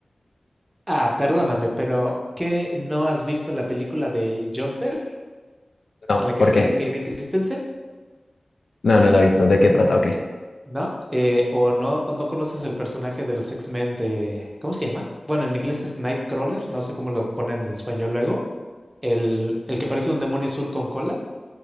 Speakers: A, on the right; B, on the left.
A: Ah, perdóname, pero ¿qué no has visto la película de Jumper
B: No,
A: en la que
B: ¿por
A: sale
B: qué?
A: Hayden Christensen?
B: No, no lo he visto. ¿De qué trata o qué?
A: ¿No? Eh, o no, o no conoces el personaje de los X-Men de, ¿cómo se llama? Bueno, en inglés es Nightcrawler, no sé cómo lo ponen en español luego. El, el que parece un demonio azul con cola.